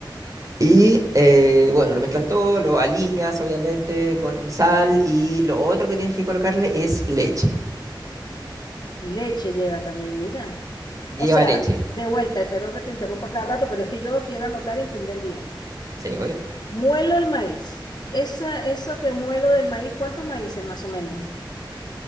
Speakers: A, on the right (about 45°); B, on the left (about 60°).
A: Y eh, bueno, lo mezclas todo, lo aliñas obviamente con sal y lo otro que tienes que colocarle es leche.
B: Leche lleva también, mira.
A: Lleva
B: O sea,
A: leche,
B: de vuelta, y perdón que te interrumpa cada rato, pero es que yo quiero anotar y entender bien.
A: sí, obvio.
B: Muelo el maíz. Esa, eso que muelo del maíz, ¿cuántos maíces más o menos?